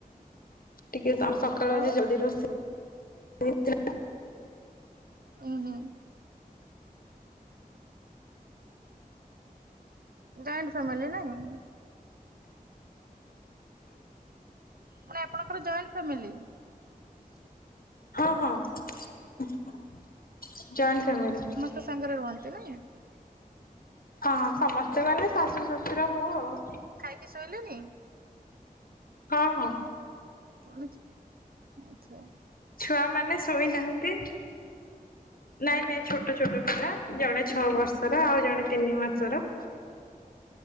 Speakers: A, on the left; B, on the right.
A: ଟିକେ ଆମ୍ ସକାଳୁ
B: ଆଉ
A: ଆଜି ଜଲ୍ଦି ରୋଷେ‌ ଇ ଥିଲା।
B: ଉୁଁହୁଁ। ଜଏଣ୍ଟ ଫ୍ୟାମିଲି ନାଇଁ? ପୁଣି ଆପଣଙ୍କର ଜଏଣ୍ଟ ଫ୍ୟାମିଲି?
A: ହଁ ହଁ ଜଏଣ୍ଟ ଫ୍ୟାମିଲି‌।
B: ତ ସାଙ୍ଗରେ ରୁହନ୍ତି ନାଇଁ?
A: ହଁ ସମସ୍ତେ ମାନେ ଶାଶୁ, ଶଶୁର, ମୁଁ ଆଉ।
B: କିଏ ଶୋଇଲେଣି?
A: ହଁହଁ।
B: ଗଣଛି ଆଛା।
A: ଛୁଆମାନେ ଶୋଇନାହାନ୍ତି? ନାଇଁ ନାଇଁ ଛୋଟ ଛୋଟ ପିଲା ଜଣେ ଛଅ ବର୍ଷର ଆଉ ଜଣେ ତିନି ମାସର।